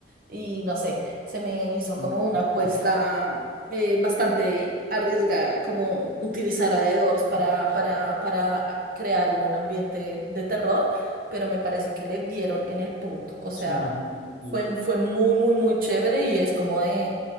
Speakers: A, on the right; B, on the left.
A: y no sé, se me hizo como
B: Mm,
A: una apuesta eh, bastante arriesgada, como utilizar a The Doors para, para, para ah, crear un ambiente de terror, pero me parece que le dieron en el punto, o sea,
B: Funciona, funciona, sí.
A: fue, fue muy, muy, muy chévere y es como de